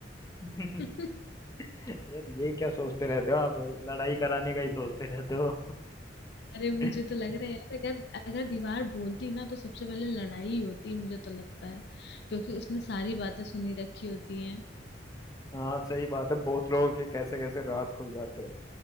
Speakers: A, on the left; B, on the left.
A: <laughs> यार
B: <laughs>
A: ये क्या सोचते रहते हो आप लड़ाई कराने का ही सोचते रहते हो
B: अरे मुझे
A: <laughs>
B: तो लग रहा है यार अगर अगर दीवार बोलती ना तो सबसे पहले लड़ाई ही होती मुझे तो लगता है क्योंकि उसने सारी बातें सुनी रखी होती हैं
A: हाँ सही बात है बहुत लोगों के कैसे कैसे राज खुल जाते हैं